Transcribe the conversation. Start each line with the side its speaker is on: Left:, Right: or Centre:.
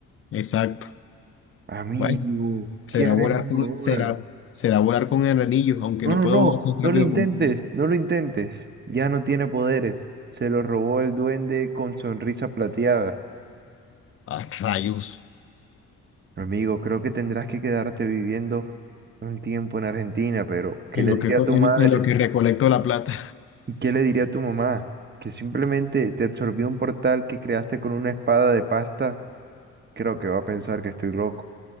Left: Exacto.
Right: Amigo,
Left: Bueno, será
Right: ¿qué haremos
Left: volar con,
Right: ahora?
Left: será, será volar con el anillo, aunque
Right: No,
Left: no
Right: no,
Left: puedo
Right: no,
Left: volar tan
Right: no
Left: rápido
Right: lo intentes,
Left: como un niño.
Right: no lo intentes. Ya no tiene poderes. Se lo robó el duende con sonrisa plateada.
Left: Ah, rayos.
Right: Amigo, creo que tendrás que quedarte viviendo un tiempo en Argentina, pero ¿qué
Left: En
Right: le
Left: lo
Right: diría
Left: que, co-
Right: a tu
Left: en,
Right: madre?
Left: en lo que recolecto la plata.
Right: ¿Y qué le diría a tu mamá? Que simplemente te absorbió un portal que creaste con una espada de pasta. Creo que va a pensar que estoy loco.